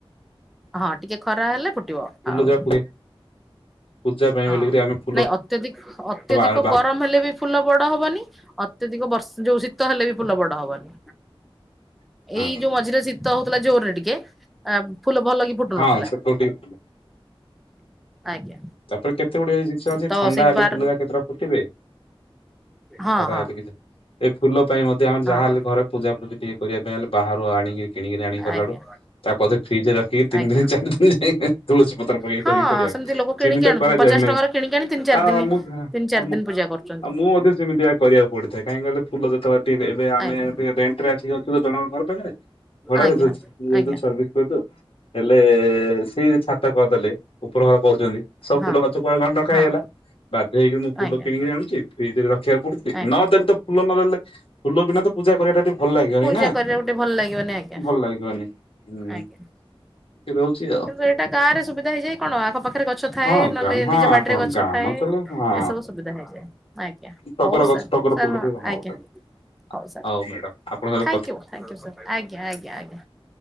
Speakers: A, in the centre; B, on the left.
A: ହଁ ଟିକେ ଖରା ହେଲେ ଫୁଟିବ
B: ଫୁଲ
A: ଆଉ
B: ଯାହା ଫୁଟେ ପୂଜା ପାଇଁ
A: ହଁ।
B: ବୋଲି କିରି ଆମେ ଫୁଲ
A: ନାଇଁ ଅତ୍ୟଧିକ ଅତ୍ୟଧିକ
B: ବା ବା
A: ଗରମ ହେଲେ ବି ଫୁଲ ବଡ ହବନି ଅତ୍ୟଧିକ ବର୍ଷ ଯୋଉ ଶୀତ ହେଲେ ବି ଫୁଲ ବଡ ହବନି।
B: ହଁ
A: ଏଇ ଯୋଉ ମଝିରେ ଶୀତ ହଉଥିଲା ଜୋରରେ ଟିକେ ଫୁଲ ଭଲ କି ଫୁଟୁ
B: ହଁ
A: ନଥିଲା।
B: ସେତକ ଟିକେ ଫୁଲ
A: ଆଜ୍ଞା।
B: ତାପରେ କେତେ ଗୁଟେ ଜିନିଷ ଅଛି
A: ତ
B: ଥଣ୍ଡା
A: ସେଇ
B: ହେଲେ
A: ବାର
B: ଫୁଲ ଭଡ଼ା କେତେଟା ଫୁଟିବେ।
A: ହଁ
B: ଖରା
A: ହଁ
B: ହେଲେ କି ଏଇ ଫୁଲ ପାଇଁ ମଧ୍ୟ ଆମେ
A: ହଁ
B: ଯାହାହ ହେଲେ ଘରେ ପୂଜାପୂଜି ଟିକେ କରିବା ପାଇଁ ହେଲେ ବାହାରୁ ଆଣିକି କିଣିକିରି ଆଣିିକଲା
A: ଆଜ୍ଞା
B: ହେଲୁ ତାକୁ ପଧେ ଫ୍ରିଜରେ ରଖିକି ତିନି
A: ଆଜ୍ଞା।
B: ଦିନ ଚାରି ଦିନ ଯାଇ ତୁଳସୀ ପତ୍ର ପକେଇକ
A: ହଁ
B: କରିକି କରିବା
A: ସେମିତି ଲୋକ କିଣିକି
B: ସୀମିତ
A: ଆଣୁଛନ୍ତି
B: କରାଯାଏ
A: ପଚାଶ
B: ନହିଁ
A: ଟଙ୍କାର କିଣିକି ଆଣି ତିନି ଚାରି
B: ଆଉ
A: ଦିନ
B: ମୁଁ ଆଉ
A: ତିନି ଚାରି
B: ମୁଁ
A: ଦିନ ପୂଜା କରୁଛନ୍ତି।
B: ଆଉ ମୁଁ ମଧ୍ୟ ସେମିତିଆ କରିବା ପଡ଼ିଡିଥାଏା କାହିଁକି ନଲେ ଫୁଲ ଯେତେଳେ ଟିକେ ଏବେ ଆମେ
A: ଆଜ୍ଞା
B: ଟିକେ ବ୍ୟାଙ୍କ ରେ ଆସିକି ଅଛୁ ଜଣଙ୍କ ଘର ପାଖରେ ଘଡାରେ
A: ଆଜ୍ଞା
B: ଯ ସର୍ବସ
A: ଆଜ୍ଞା
B: କରୁଛୁ <unintelligible> ହେଲେ ସେ ଛାତ କରିଦେଲେ ଉପର ଘର କରୁଛନ୍ତି। ସବ
A: ହଁ।
B: ଫୁଲ ଗଛ କୁଆ ରା ଢକା
A: ହଁ
B: ହେଇଗଲା। ବାଧ୍ୟ ହେଇକିରି ମୁଁ ଫୁଲ
A: ଆଜ୍ଞା
B: କିଣିକି ଆଣୁଛି ଫ୍ରିଜ ରେ ରଖିବାକୁ ପଡୁଛି
A: ଆଜ୍ଞା
B: ନ ତେନ୍ତୁ ଫୁଲ ନନେଲେ ଫୁଲ ବିନା ତ ପୂଜା କରିବା ଟା ଏତେ ଭଲ ଲାଗିବନି
A: ପୂଜା
B: ନା
A: କରିବା ଗୋଟେ ଭଲ ଲାଗିବନି ଆଜ୍ଞା
B: ଭଲ ଲାଗିବନି। ହୁଁ
A: ଆଜ୍ଞା।
B: ଟିକେ ରହୁଛି ଆଉ
A: କିନ୍ତୁ ଏଟା ଗାଁରେ ସୁବିଧା ହେଇଯାଏ କଣ ଆଖପଖ ପାଖରେ ଗଛ ଥାଏ
B: ହଁ
A: ନହେଲେ
B: ଗ୍ରାମ ହଁ
A: ନିଜ ବାଡିରେ
B: ଆଠ
A: ଗଛ
B: ଗ୍ରାମାଞ୍ଚଳରେ
A: ଥାଏ
B: ହଁ
A: ଏସବୁ ସୁବିଧା ହେଇଯାଏ। ଆଜ୍ଞା
B: ଟଗର
A: ହଉ
B: ଗଛ
A: ସାର୍
B: ଟଗର
A: ସର୍
B: ଫୁଲ ଟିକେ ହଉ।
A: ଆଜ୍ଞା।
B: ତାହେଲେ।
A: ହଉ ସାର୍
B: ହଉ
A: ଥ୍ୟାଙ୍କୟୁୁ
B: ମ୍ୟାଡାମ ଆପଣଙ୍କ ସହିତ
A: ସାର୍ ଆଜ୍ଞା ଆଜ୍ଞା ଆଜ୍ଞା।